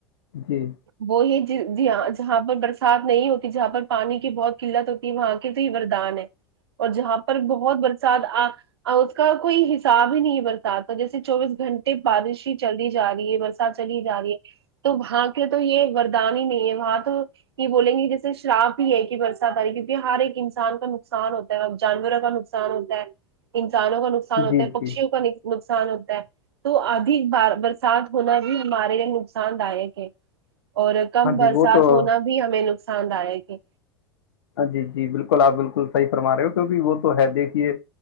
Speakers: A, on the left (about 65°); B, on the right (about 70°).
A: جی
B: وہ یہ ج جی ہاں جہاں پر برسات نہیں ہوتی جہاں پر پانی کی بہت قلت ہوتی ہے وہاں کی تو یہ وردان ہے اور جہاں پر بہت برسات اور اس کا کوئی حساب ہی نہیں برتا آتا جیسے چوبیس گھنٹے بارش ہی چلی جا رہی ہے برسات چلی جا رہی ہے تو وہاں تو یہ وردان ہی نہیں ہے وہاں تو یہ بولیں گے جیسے شراپ بھی ہے کہ برسات آ رہی ہے کیونکہ ہر ایک انسان کا نقصان ہوتا ا جانوروں کا نقصان ہوتا ہے انسانوں کا نقصان نقصان ہوتا
A: جی
B: ہے پکشیوں
A: جی
B: کا نقصان ہوتا ہے تو آدھی برسات ہونا بھی ہمارے لیے نقصان داک ہے اور کم
A: ہاں
B: برسات
A: جی وہ تو
B: ہونا بھی ہمیں نقصان ہے کہ
A: جی جی بالکل آپ بالکل صحیح فرما رہے ہو کیونکہ وہ تو ہے دیکھیے